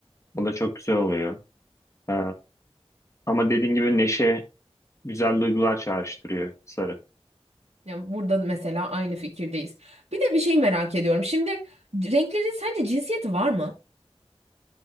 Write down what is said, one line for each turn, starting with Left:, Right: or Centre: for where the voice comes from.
Left: Bu da çok güzel oluyor. Ee, ama dediğin gibi neşe güzel duygular çağrıştırıyor sarı.
Right: Ya burada mesela aynı fikirdeyiz. Bir de bir şey merak ediyorum. Şimdi renklerin sence cinsiyeti var mı?